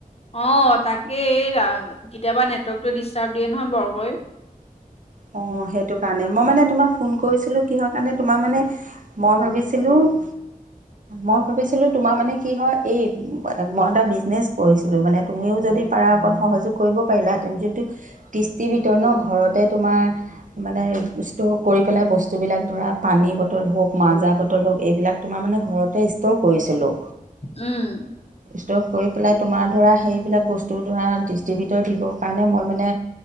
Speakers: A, on the left (about 45°); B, on the right (about 60°).
A: অঁ তাকেই কেতিয়াবা নেটৱৰ্কটো ডিষ্টাৰ্ব দিয়ে নহয় বৰকৈ।
B: অ সেইটো কাৰণে মই মানে তোমাক ফোন কৰিছিলো কিহৰ কাৰণে তোমাৰ মানে মই ভাবিছিলো উম মই ভাবিছিলো তোমাৰ মানে কি হয় এই মই এটা বিজনেচ কৰিছিলো মানে তুমিও যদি পাৰা অকণ সহযোগ কৰিব পাৰিলাহেঁতেন যোনটো কৃস্তি বিতৰণ ঘৰতে তোমাৰ মানে ষ্টৰ কৰি পিলাই বস্তুবিলাক ধৰা পানীৰ বটল হওক মাজাৰ বটল হওক এইবিলাক তোমাৰ মানে ঘৰতে ষ্টৰ কৰিছিলো
A: উম।
B: ষ্টক কৰি পেলাই তোমাৰ ধৰা সেইবিলাক বস্তু ধৰা ডিষ্ট্ৰিবিউটৰ দিবৰ কাৰণে মই মানে